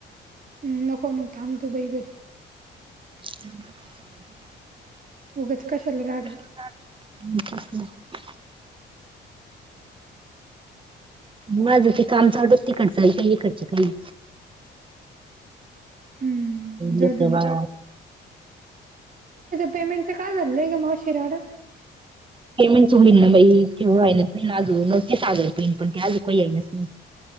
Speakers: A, on the right (about 45°); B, on the right (about 25°).
A: ह नको मग थांबतो बाई घरी.
B: <inaudible>
A: उगच काशल राड
B: <inaudible> मग आझं ते काम चालूत त खडच आणि काही खडच काही.
A: हम्म जाऊ
B: लेकरा
A: दे
B: बाळा.
A: पेमेंटं काय झालंय का मवशीिराड.
B: पेमेंट च होईन ना बा तेव आहेनच नाही ना आज न ते सागर प येईन पण ते आज काही येईनच नाही.